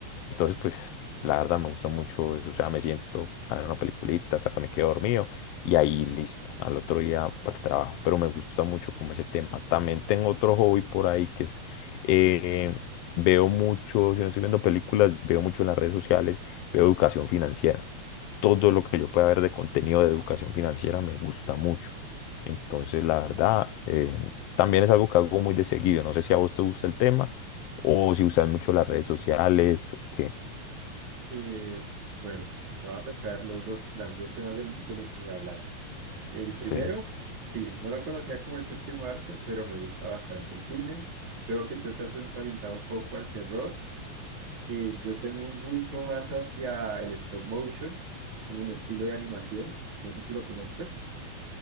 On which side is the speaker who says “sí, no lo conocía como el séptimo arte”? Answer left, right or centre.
Right